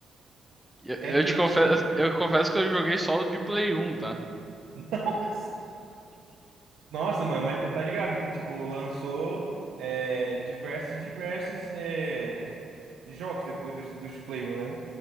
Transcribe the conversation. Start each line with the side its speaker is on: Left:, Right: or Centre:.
Centre: Eu,
Right: É
Centre: eu
Right: que
Centre: te
Right: assim,
Centre: confesso, eu confesso que eu joguei só o de Play 1, tá?
Right: <laughs> nossa, nossa, mano, mas você tá ligado que tipo lançou é, diversos diversos é, jogos depois dos, dos de Play 1, né?